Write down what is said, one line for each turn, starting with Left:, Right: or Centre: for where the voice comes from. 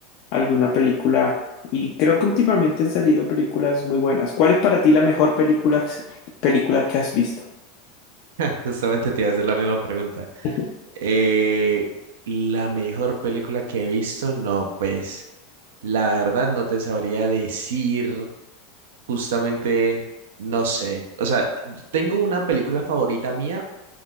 Left: alguna película y creo que últimamente han salido películas muy buenas. ¿Cuál es para ti la mejor película, película que has visto?
Right: <laughs> Justamente te iba a hacer la misma pregunta.
Left: <laughs>
Right: Eh, la mejor película que he visto, no, pues la verdad no te sabría decir justamente, no sé, o sea, tengo una película favorita mía,